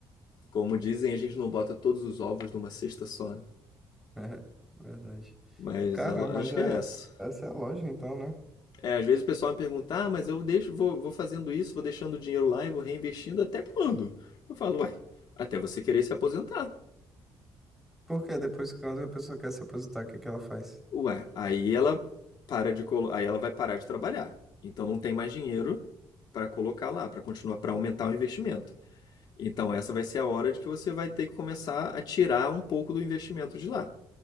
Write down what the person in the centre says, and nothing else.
<laughs> É, verdade.
Cara,
mas é,
essa é a lógica, então, né?
Porque depois, quando a pessoa quer se aposentar, o que que ela faz?